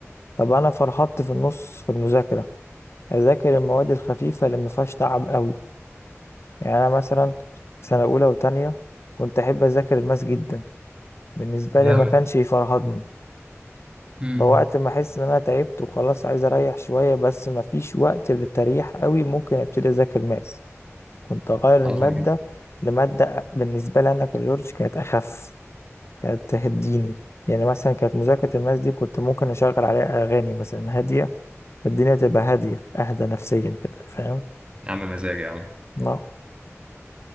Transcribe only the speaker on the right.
جامد
مم.
عظمة
جدا
يا عم مزاج يا عم